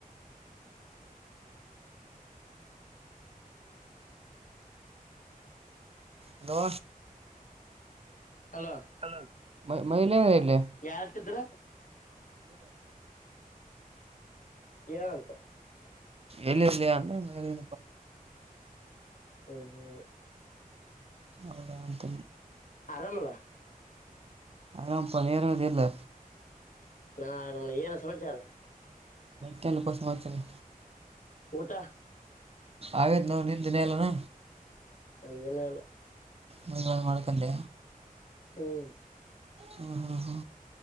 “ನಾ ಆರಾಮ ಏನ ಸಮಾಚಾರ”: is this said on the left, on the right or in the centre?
Left